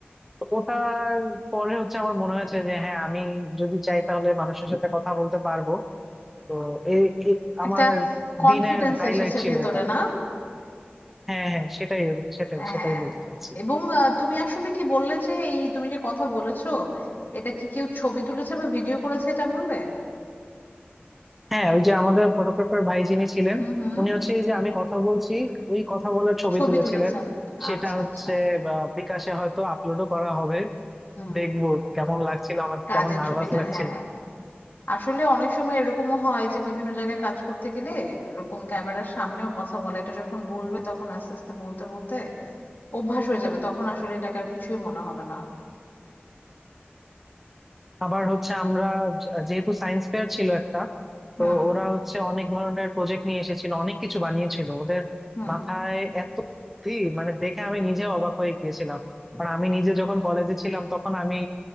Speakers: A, in the centre; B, on the left.
A: তো ওটার পরে হচ্ছে আমার মনে হয়েছে যে হ্যাঁ আমি যদি চাই তাহলে মানুষের সাথে কথা বলতে পারবো তো এই এই আমার
B: একটা কনফিডেন্স
A: দিনের হাইলাইট
B: এসেছে
A: ছিল
B: ভেতরে
A: এটা
B: না?
A: হ্যাঁ হ্যাঁ সেটাই সেটাই
B: হ্যাঁ
A: সেটাই বলতে চাইছি
B: এবং আহ, তুমি আসলে কি বললে যে এই তুমি যে কথা বলেছো এটা কি কেউ ছবি তুলেছে বা ভিডিও করেছে এটা বললে
A: হ্যাঁ ওই যে আমাদের ফটোগ্রাফার ভাই যিনি ছিলেন
B: হুম হুম
A: উনি হচ্ছে এই যে আমি কথা বলছি ওই কথা বলার ছবি
B: ছবি
A: তুলেছিলেন
B: তুলেছেন
A: সেটা
B: আচ্ছা
A: হচ্ছে
B: আচ্ছা
A: বা, বিকাশে হয়তো আপলোডও করা হবে
B: হুম
A: দেখবো কেমন লাগছিল আমাকে
B: কাজের
A: কেমন নার্ভাস
B: ছবিটা
A: লাগছিল
B: হ্যাঁ আসলে অনেক সময় এরকমও হয় যে বিভিন্ন জায়গায় কাজ করতে গেলে এরকম ক্যামেরার সামনেও কথা বলা এটা যখন বলবে তখন আস্তে আস্তে বলতে বলতে অভ্যাস হয়ে যাবে তখন আসলে এটাকে আর কিছুই মনে হবে না
A: আবার হচ্ছে আমরা যে- যেহেতু সায়েন্স ফেয়ার ছিল একটা
B: হুম
A: তো ওরা হচ্ছে অনেক ধরনের প্রজেক্ট নিয়ে এসেছিল অনেক কিছু বানিয়েছিল ওদের
B: হুম
A: মাথায় এত বুদ্ধি মানে দেখে আমি নিজে অবাক হয়ে গিয়েছিলাম আর আমি নিজে যখন কলেজে ছিলাম তখন আমি